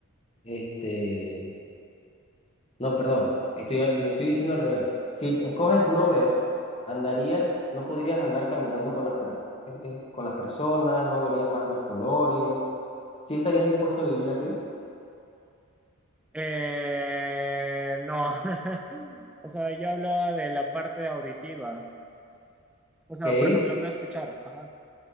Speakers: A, on the left; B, in the centre.
A: este, no, perdón, estoy, di- estoy diciendo al revés. Si escoges no ver, andarías, no podrías andar caminando con las, per- eh, eh, con las personas, no verías más los colores. ¿Sí estarías dispuesto a vivir así?
B: Eh, no, <laughs> o sea, yo hablaba de la parte auditiva, o sea,
A: Ok,
B: por ejemplo, no escuchar, ajá.